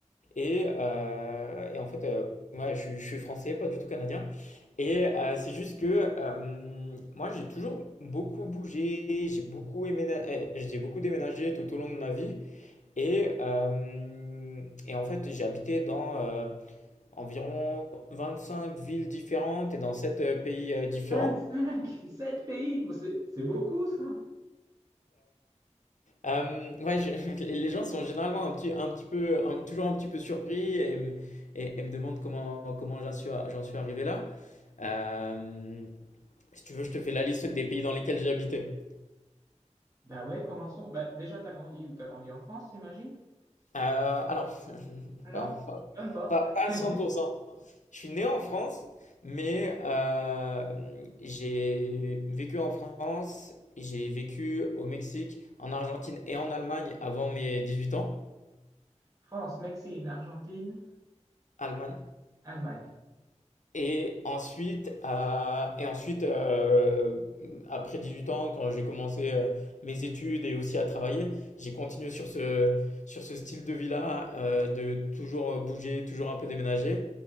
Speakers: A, on the left (about 80°); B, on the right (about 30°).
A: Et, euh, et en fait, euh, ouais, je, suis je suis français, pas du tout canadien. Et euh, c'est juste que euh, moi, j'ai toujours beaucoup bougé, j'ai beaucoup éména- euh, j'ai beaucoup déménagé tout au long de ma vie. Et, euh, et en fait, j'ai habité dans euh, environ cinq villes différentes et dans sept euh, pays euh, différents.
B: 25, <laughs> 7 pays, oh, c'est c'est beaucoup ça.
A: Euh, ouais, je- <laughs> les les gens sont généralement un petit, un petit peu, un- toujours un petit peu surpris et, me- et, et me demandent comment, comment j'en suis, j'en suis arrivé là. Euh, si tu veux, je te fais la liste des pays dans lesquels j'ai habité.
B: Bah ouais, commençons. Bah, déjà, t'as grandi où? T'as grandi en France, j'imagine?
A: Euh, alors, <laughs>
B: Non,
A: pas, pas,
B: même pas.
A: pas, pas à cent.
B: <laughs>
A: pour cent. Je suis né en France, mais euh, j'ai vécu en France, j'ai vécu au Mexique, en Argentine et en Allemagne avant mes 18 ans.
B: France, Mexique, Argentine,
A: Allemagne,
B: Allemagne.
A: Et ensuite, euh, et ensuite euh, après huit ans, quand j'ai commencé euh, mes études et aussi à travailler, j'ai continué sur ce, sur ce style de vie-là, euh, de toujours bouger, toujours un peu déménager.